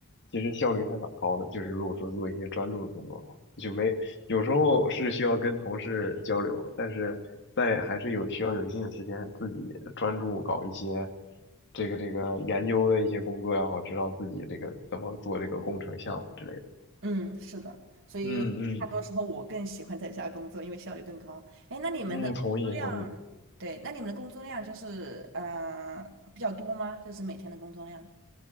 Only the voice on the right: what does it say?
嗯，是的，所以大多时候我更喜欢在家工作，
因为效率更高。哎，那你们的工作量，
对，那你们的工作量就是呃比较多吗？就是每天的工作量？